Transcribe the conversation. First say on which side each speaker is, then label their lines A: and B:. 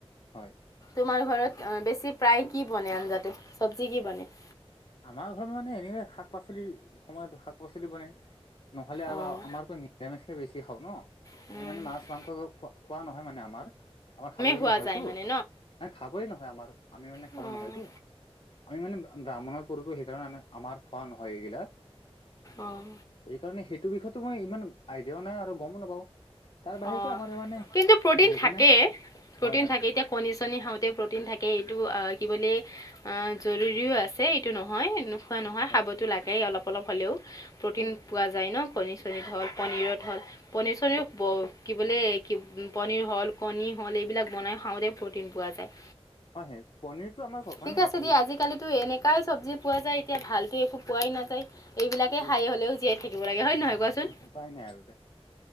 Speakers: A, on the left; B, on the left.
A: হয়
B: তোমাৰ ঘৰত বেছি প্ৰায় কি বনে আঞ্জাতে চব্জি কি বনে
A: আমাৰ ঘৰত মানে এনে শাক পাচলি সময়তো শাক পাচলি বনে নহ'লে আ
B: অঁ
A: আমাৰতো নিৰামিষকে বেছি খাওঁ ন
B: কমেই
A: আমি মানে মাছ মাংস খোৱা খোৱা নহয় মানে আমাৰ আমাৰ খাবলৈ
B: খোৱা
A: নহয়তো
B: যায় মানে
A: ন খাবই নহয় আমাৰ আমি মানে
B: অঁ
A: খাব নহয়টো আমি মানে ব্ৰাহ্মণৰ সেইকাৰণে আমি আমাৰ খোৱা নহয় এইগিলাক
B: অঁ
A: সেইকাৰণে সেইটো বিষয়ে মই ইমান আইডিয়াও নাই আৰু গমো নাপাওঁ তাৰ বাহিৰেতো
B: অঁ
A: আমাৰ মানে
B: কিন্তু প্ৰ'টিন
A: বেগেনা
B: থাকে প্ৰটিন
A: হয় হয়
B: থাকে এতিয়া কণী চনি খাওঁতে প্ৰটিন থাকে এইটো কি বুলি জৰুৰীও আছে এইটো নহয় নোখোৱা নহয়
A: হয়
B: খাবতো লাগেই অলপ অলপ হ'লেও প্ৰটিন
A: হয় হয়
B: পোৱা যায় ন কণী চনী হল পনীৰত হল পনীৰ চনীৰ কি বোলে পনীৰ হল কণী হল এইবিলাক বনাই খাওঁতে প্ৰটিন পোৱা যায়
A: হয় হয় পনীৰটো আমাৰ ঘ-
B: ঠিক
A: মানে
B: আছে
A: হে
B: দিয়া আজিকালিতো এনেকাই চব্জি পোৱা যায় এতিয়া ভালতো একো পোৱাই নাযায় এইবিলাকে
A: সেইটোৱেতো
B: খাই হলেও জীয়াই থাকিব লাগে হয় নে নহয় কোৱাচোন
A: উপায় নাই আৰু এতিয়া